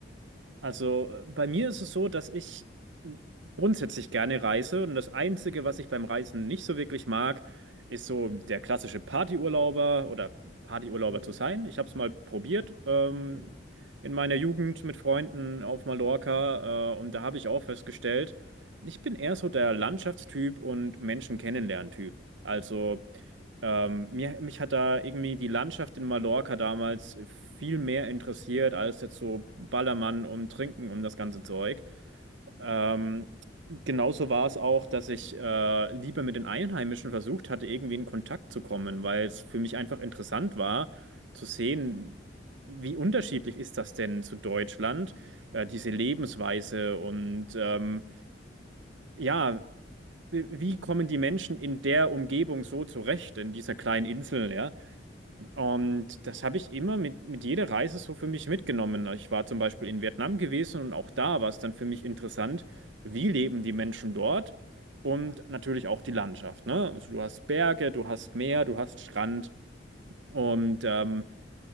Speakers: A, on the right (about 85°); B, on the right (about 15°).
A: Also äh, bei mir ist es so, dass ich grundsätzlich gerne reise und das Einzige, was ich beim Reisen nicht so wirklich mag, ist so der klassische Partyurlauber oder Partyurlauber
B: Hm,
A: zu sein. Ich habe es mal probiert ähm,
B: hm,
A: in meiner Jugend mit Freunden auf Mallorca äh, und da habe ich auch festgestellt, ich bin eher so der Landschaftstyp und Menschen kennenlernen-Typ. Also ähm, mir, mich hat da irgendwie die Landschaft in Mallorca damals viel mehr interessiert
B: hm,
A: als jetzt so Ballermann und Trinken und das ganze Zeug. Ähm, genauso war es auch, dass ich äh, lieber mit den Einheimischen versucht hatte, irgendwie in Kontakt zu kommen, weil es für mich einfach interessant war, zu sehen, wie unterschiedlich ist das denn zu Deutschland, äh, diese Lebensweise und ähm, ja, wie kommen die Menschen in der Umgebung so zurecht, in dieser kleinen Insel, ja? Und das habe ich immer mit, mit jeder Reise so für mich mitgenommen. Ich war zum Beispiel in Vietnam gewesen und auch da war es dann für mich interessant, wie leben die Menschen dort und natürlich auch die Landschaft, ne? Also du hast Berge, du hast Meer, du hast Strand und ähm,